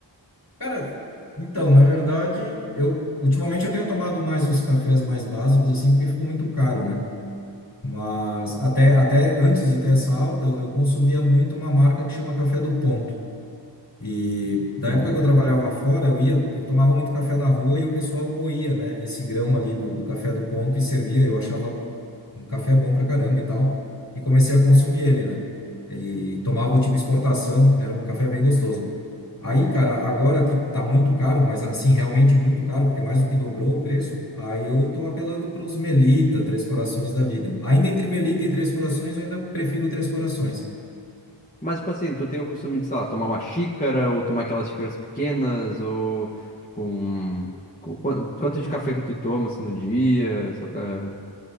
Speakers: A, on the left (about 45°); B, on the left (about 20°).
A: Cara, então, na verdade, eu ultimamente eu tenho tomado mais os cafés mais básicos assim, porque ficou muito caro, né? Mas até até antes de ter essa alta, eu eu consumia muito uma marca que chama Café do Ponto. E da
B: Uhum.
A: época que eu trabalhava fora, eu ia, eu tomava muito café na rua e o pessoal moía, né, esse grão ali do, do café do ponto e servia. Eu achava um café bom pra caramba e tal. E comecei a consumir ele, né? E tomava o tipo exportação, era um café bem gostoso. Aí, cara, agora que tá muito caro, mas assim, realmente muito caro, porque mais do que dobrou o preço, aí eu tô apelando pros Melita, Três Corações da vida. Ainda entre Melita e Três Corações, eu ainda prefiro o Três Corações.
B: Mas, tipo assim, tu tem o costume de, sei lá, tomar uma xícara ou tomar aquelas xícaras pequenas ou, tipo, um... qu- quan- Quanto de café que tu toma, assim, no dia, só pra...